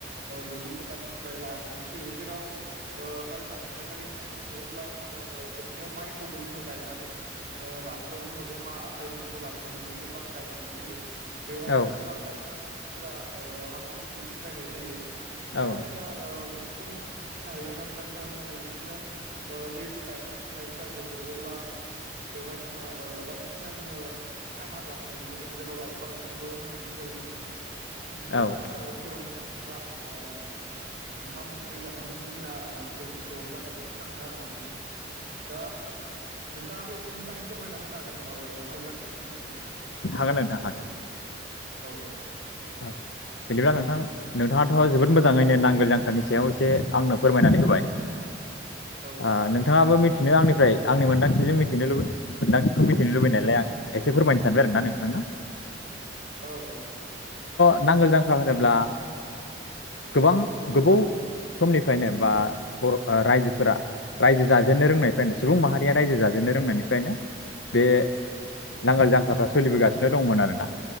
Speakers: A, on the right (about 50°); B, on the left (about 85°).
A: ओ दुब्लि फोथारनिफ्राय लानानै फैयो जेराव ओ हाल जांख्राया जायो होननानै बुङो अब्ला जोङो ओ जोबनायाव माइखौबो जोङो गायनानै ओ लास्टाव जोङो जमा आखाइ मोनसेयाव लाथुमनानै गोबां गायनानै फैयो। बेवहायनो
B: औ
A: गोबां दाहोना <unintelligible> थिफोरा ओ हाब्रुफोरखौ फुनलायनाय जायो। जेराव
B: औ
A: जोङो ओ बेफोरखौनो मिथिनो हायो हाल जांख्रा होननानै बिदिनो ओ जिहेथु गायनाय फुनायफोरा जोबो अब्ला बेवहाय जोङो ओ बायदिसिना जोङो खाना जानाय नुयो जेराव लावखार ओंखामबो होननानै बुंजायो जों बिदिनो
B: औ
A: दाहोना
B: औ
A: रुवाथि रंजाना ओ ओंखाम ओंख्रि जानानै बे दिना ओ खौ रंजा बाजायै थाङो आरोना बे साना। दा नोंथाङाबो एसे मोजाङै फोरमायना होनो हागोन नामा ओ हाल जांख्रानि सोमोन्दै?
B: हागोन नोंथां हागोन
A: औ
B: औ बिदिब्ला नोंथां नोंथाङाथ' जोबोद मोजाङैनो नांगोल जांख्रानि सायाव एसे आंनो फोरमायनानै होबाय।
A: औ
B: आ नोंथाङाबो मि थिनो आंनिफ्राय आंनि मोनदांथिजों मिथिनो लुबै मोनदांथिखौ मिथिनो लुबैनायालाय आं एसे फोरमायनो सानबाय आरोना नोंथांना।
A: औ औ औ।
B: नांगोल जांख्रा होनोब्ला गोबां गोबाव समनिफ्रायनो बा बर' राइजोफोरा रायजो जाजेननो रोंनायनिफ्रायनो सुबुं माहारिया रायजो जाजेननो रोंनायनिफ्रायनो बे नांगोल जांख्राफ्रा सोलिबोगासिनो दंमोन आरोना।